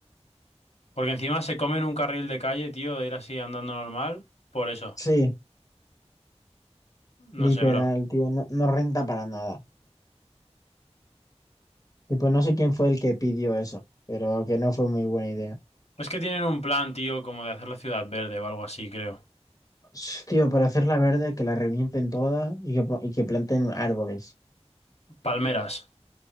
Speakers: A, on the left; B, on the left.
A: Porque encima se comen un carril de calle, tío, de ir así andando normal. Por eso.
B: Sí, literal,
A: No sé, bro.
B: tío, no, no renta para nada. Y pues no sé quién fue el que pidió eso, pero que no fue muy buena idea.
A: Es que tienen un plan, tío, como de hacer la ciudad verde o algo así, creo.
B: Sh, Tío, para hacerla verde, que la revienten toda y que, po- y que planten árboles.
A: Palmeras.